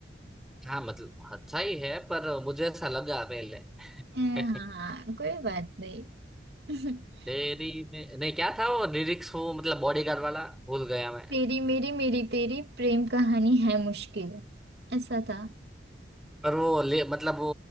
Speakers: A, in the centre; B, on the right.
A: हाँ मतलब अच्छा ही है पर मुझे ऐसा लगा पहले
B: अ, हाँ
A: <laughs>
B: कोई बात नहीं <laughs>
A: तेरी में नहीं क्या था वो लिरिक्स वो मतलब बॉडी गार्ड वाला भूल गया मैं
B: तेरी मेरी मेरी तेरी प्रेम कहानी है मुश्किल ऐसा था
A: पर वो ले- मतलब वो